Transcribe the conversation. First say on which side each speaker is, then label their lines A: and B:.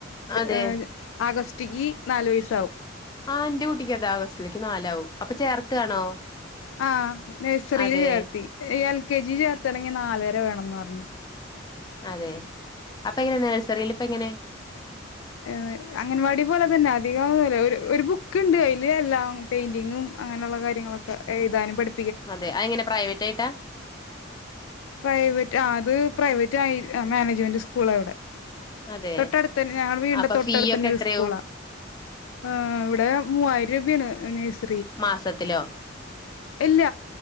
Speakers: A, on the left; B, on the left.
A: അതെ
B: ഏ ആഗസ് <unintelligible> നാല് വയസ്സാവും
A: ആ എന്റെ കുട്ടിക്ക് അതാ ആഗസ്റ്റിലേക്ക് നാലാവും അപ്പൊ ചേർത്താണോ
B: ആ നഴ്സറീല്
A: അതെ
B: ചേർത്തി എൽ കെ ജി ചേർത്തണെങ്കി നാലര വേണംന്ന് പറഞ്ഞു
A: അതെ അപ്പൊ എങ്ങനെ നേഴസറീല്ല് ഇപ്പ എങ്ങനെ
B: ഏ അംഗൻവാടി പോല തന്ന അധികൊന്നൂല്ലാ ഒര് ഒരു ബുക്കിണ്ട് അതില് എല്ലാം പെയിന്റിങ്ങും അങ്ങനൊള്ള കാര്യങ്ങളൊക്കെ എഴുതാനും പഠി
A: അതെ അതെങ്ങനെ പ്രൈവറ്റ് ആയിട്ടാ
B: പ്രൈവറ്റ് ആ അത് പ്രൈവറ്റ് ആയി മാനേജ്മെന്റ് സ്കൂളാ അവിടെ
A: അതെ
B: തൊട്ടടുത്തന്നെ ഞങ്ങളുടെ വീടിന്റെ
A: അപ്പൊ
B: തൊട്ടടുത്തന്നെ
A: ഫീ ഒക്കെ
B: ഒരു
A: എത്രയാവും
B: സ്കൂളാ ആ ഇവിടെ മൂവായിരം രൂപേണ് നേഴ്സ്
A: മാസത്തിലോ
B: ഇല്ല